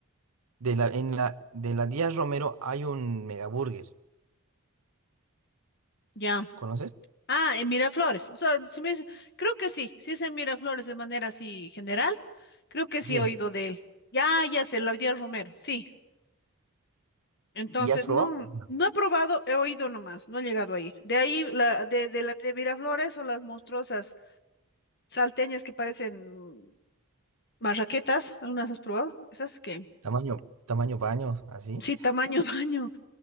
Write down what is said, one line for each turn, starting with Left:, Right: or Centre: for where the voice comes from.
Right: de la, en la, de la Díaz Romero hay un megaburger.
Left: Ya.
Right: ¿Conoces?
Left: Ah, en Miraflores. O sea, si me dice- creo que sí. Si es en Miraflores de manera así general, creo que sí
Right: Sí.
Left: he oído de él. Ya, ya sé, la vida Romero. Sí. Entonces,
Right: ¿Y has probado?
Left: No,
Right: No.
Left: no he probado, he oído nomás, no he llegado a ir. De ahí, la, de, de, la- de Miraflores o las monstruosas salteñas que parecen marraquetas, ¿algunas has probado? Esas que,
Right: Tamaño, tamaño baño, así.
Left: sí, tamaño <laughs> baño.